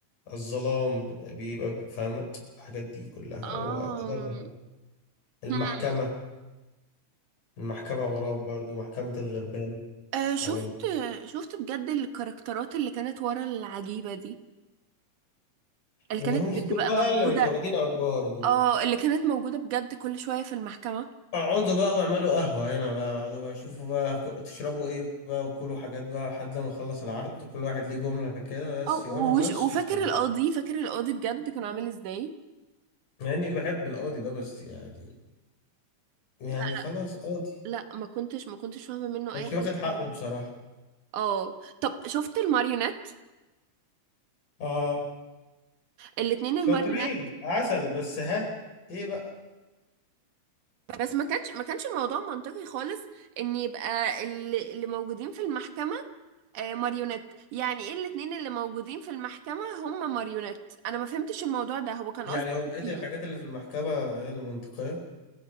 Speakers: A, on the left; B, on the right.
A: الظلام بيبقى فاهمة الحاجات دي كلها
B: آه.
A: هو ده غراب. المحكمة
B: هم.
A: المحكمة غراب برضو محكمة الغربان
B: آه شفت
A: أو الم-
B: شفت بجد الكاركترات اللي كانت ورا العجيبة دي اللي
A: اللي
B: كانت
A: هم مش
B: بتبقى
A: دول بقى
B: موجودة
A: اللي مش واخدين أدوار دول
B: اه اللي كانت موجودة بجد كل شوية في المحكمة
A: اقعدوا بقى واعملوا قهوة هنا بقى اقعدوا بقى شوفوا بقى ك- تشربوا ايه بقى وكلوا حاجات بقى لحد لما نخلص العرض وكل واحد ليه جملة كده بس
B: اه
A: يقولها
B: ووش-
A: بس
B: وفاكر
A: وخلاص
B: القاضي فاكر القاضي بجد كان عامل ازاي
A: مع اني بحب القاضي ده بس يعني يعني
B: لا
A: خلاص قاضي
B: لا ما كنتش ما كنتش فاهمة منه
A: يعني
B: اي
A: مش
B: حاجة
A: واخد حقه
B: بصراحة.
A: بصراحة
B: اه طب شفت الماريونات
A: اه
B: الاتنين
A: شاطرين
B: الماريونات
A: عسل بس ها ايه بقى
B: بس ما كانش ما كانش الموضوع منطقي خالص ان يبقى اللي اللي موجودين في المحكمة آه، ماريونيت يعني ايه الاتنين اللي موجودين في المحكمة هم ماريونيت انا ما فهمتش الموضوع ده هو كان
A: يعني
B: قصده
A: هو بقية
B: ايه
A: الحاجات اللي في المحكمة ايه اللي منطقية